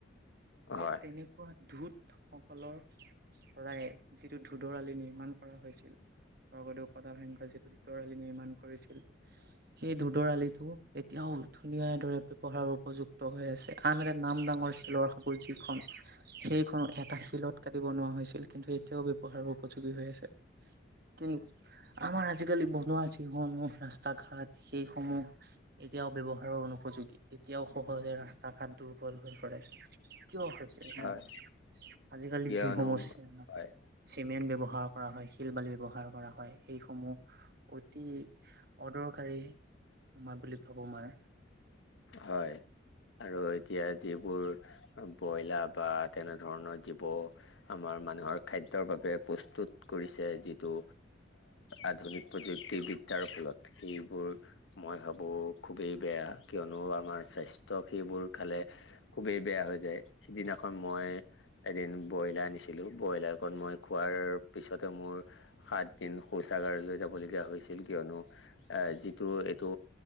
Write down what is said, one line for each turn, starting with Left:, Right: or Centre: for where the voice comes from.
Left: হয়
Right: সেই তেনেকুৱা ন ধোত সকলৰ পৰাই যিটো ধোধৰ আলি নিৰ্মাণ কৰা হৈছিল। স্বৰ্গদেউ প্ৰদাপ সিংহই যিটো দূদৰ আলি নিৰ্মাণ কৰিছিল সেই দূদৰ আলিটো এতিয়াও ধুনীয়া দৰে ব্যৱহাৰ উপযুক্ত হৈ আছে আন এটা নাম দাং শিলৰ সাঁকোৰ যিখন সেইখনো এটা শিলত কাটি বনোৱা হৈছিল কিন্তু এতিয়াও উপহাৰ উপযোগী হৈ আছে কিন্তু আমাৰ আজিকালি বনোৱা যিসমূহ ৰাস্তা ঘাট সেই সমূহ এতিয়াও ব্যৱহাৰো অনুপযোগী এতিয়াও সহজে ৰাস্তা ঘাট দুৰ্বল হৈ পৰে কিয় হৈছে এনেুৱা
Left: হয়
Right: আজিকালি
Left: কিয়নো
Right: যি সমস্যা
Left: হয়
Right: চিমেণ্ট ব্যৱহাৰ ব্যৱহাৰ কৰা হয় শিল বালি ব্যৱহাৰ কৰা হয় সেইসমূহ অতি অদৰকাৰী আমাৰ বুলি ভাবোঁ মই
Left: হয় আৰু এতিয়া যিবোৰ ব্ৰইলাৰ বা তেনে ধৰণৰ জীৱ আমাৰ মানুহৰ খাদ্যৰ বাবে প্ৰস্তুত কৰিছে যিটো আধুনিক প্ৰযুক্তিবিদ্যাৰ ফলত সেইবোৰ মই ভাবোঁ খুবেই বেয়া কিয়নো আমাৰ স্বাস্থ্য সেইবোৰ খালে খুবেই বেয়া হৈ যায় সিদিনাখন মই এদিন ব্ৰইলাৰ আনিছিলো ব্ৰইলাৰকত মই খোৱাৰ পিছতে মোৰ সাত দিন শোচ ছাগাৰলৈ যাবলগীয়া হৈছিল কিয়নো এ যিটো এইটো